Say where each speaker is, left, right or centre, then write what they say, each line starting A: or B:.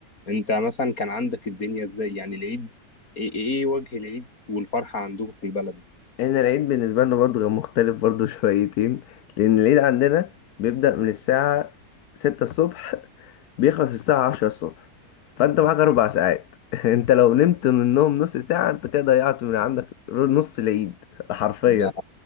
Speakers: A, on the left (about 70°); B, on the left (about 90°).
A: انت مثلا كان عندك الدنيا ازاي يعني العيد ايه, ايه إيه وجه العيد والفرحه عندكم في البلد
B: احنا العيد بالنسبة لنا برضه كان مختلف برضه <laughs> شويتين لأن العيد عندنا بيبدأ من الساعة ستة الصبح بيخلص الساعة عشرة الصبح فأنت معاك أربع ساعات <laughs> أنت لو نمت منهم نص ساعة أنت كده ضيعت من عندك نص العيد حرفيا
A: ده